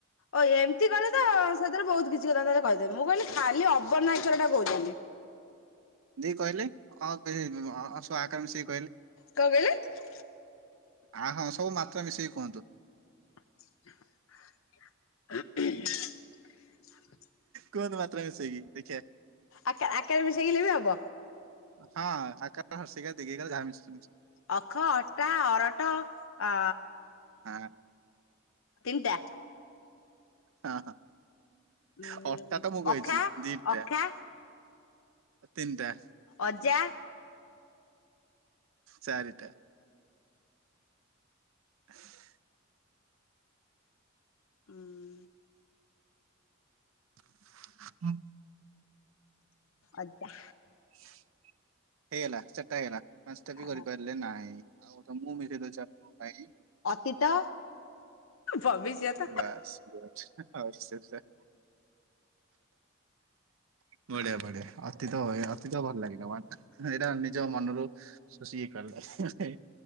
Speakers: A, on the left; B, on the right.
A: ଓ ଏମିତି କଲେ ତ ସେଥିରେ ବହୁତ କିଛି କଥା ତାରେ କହିଦେମି ମୁଁ କହିଲି ଖାଲି ଅବନା ଅକ୍ଷର ଟା କହୁଚନ୍ତି।
B: ଦେଇ କହିଲେ ଅ <unintelligible> ସେ ଆ କର ମିସେଇକି?
A: କନ କହିଲେ?
B: ଆ ହଁ ସବୁ ମାତ୍ରା ମିଶେଇକି କୁହନ୍ତୁ?
A: <inaudible>
B: କୁହନ୍ତୁ ମାତ୍ରା ମିଶେଇ କି ଦେଖିଆ
A: ଆ ଆ କାର ମିଶେଇ କିଲେ ବି ହେବ
B: ହଁ ଆକାର, ହର୍ଷଇ କାର, ଦୀର୍ଘଇ କାର ଯାହା ମିଶୁ
A: ଅଖ, ଅଟା, ଅରଟ, ଅ
B: ଆଁ
A: ତିନିଟା
B: ହୁଁ
A: ଉଁ
B: ହଁ ଅଟା ତ ମୁଁ କହିଛି
A: ଅଖା
B: ଦିଟା
A: ଅଖା
B: ତିନିଟା
A: ଅଜା
B: ଚାରିଟା <inaudible>
A: ଉଁ ଉଁ
B: <inaudible>
A: ଆଜ୍ଞା
B: <inaudible> ହେଇଗଲା ଚାରିଟା ହେଇଗଲା ପାଞ୍ଚଟା ବି
A: ଅ
B: କରିପାରିଲେ ନାହିଁ ଆଉ ଗୋଟେ ମୁଁ ମିଶେଇ ଦଉଚି ଆପଣଙ୍କ ପାଇଁ
A: ତିତ ଭବିଷ୍ୟତ
B: ବାସ୍ ଗୁଡ଼ ଅଉ ସେ ତ ବଢିଆ ବଢିଆ ଅତୀତ <unintelligible> ଅତୀତ ଭଲ ଲାଗିଲା ୱାର୍ଡ ଟା ଏଇଟା ନିଜ ମନରୁ ଶୋଷି କି କାଢ଼ିଲ